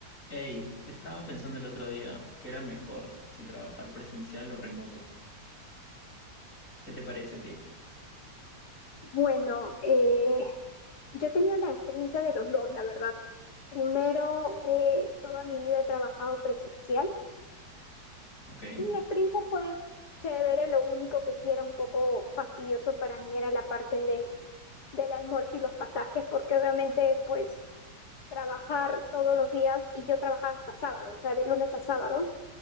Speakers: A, on the left (about 50°); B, on the left (about 65°).
A: Hey, estaba pensando el otro día que era mejor si trabajar presencial o remoto. ¿Qué te parece a ti?
B: Bueno, eh, yo he tenido la experiencia de los dos, la verdad. Primero, eh, toda mi vida he trabajado presencial.
A: Ok.
B: La experiencia fue chévere, lo único que sí era un poco fastidioso para mí era la parte de- del almuerzo y los pasajes, porque obviamente pues trabajar todos los días y yo trabajaba hasta sábado, o sea, de lunes a sábado,